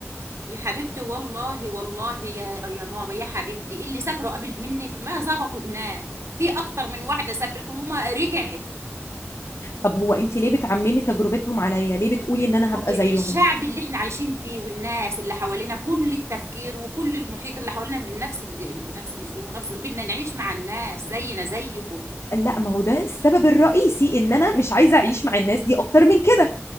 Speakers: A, on the right; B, on the left.
A: يا حبيبتي والله والله يا يا ماما يا حبيبتي اللي سافروا قبل منك ما ظبطوا هناك في اكتر من واحده سافرت وما رجعت
B: طب هو أنت ليه بتعممي تجربتهم عليا ليه بتقولي إن أنا
A: هو
B: هبقى
A: الشعب
B: زيهم
A: اللي احنا عايشين فيه والناس اللي حوالينا كل التفكير وكل المحيط اللي حوالينا بنفس ال- بنفس الاسلوب ونفس بدنا نعيش مع الناس زينا زيكم
B: لا ما هو ده السبب الرئيسي إن أنا مش عايزة أعيش مع الناس دي أكتر من كده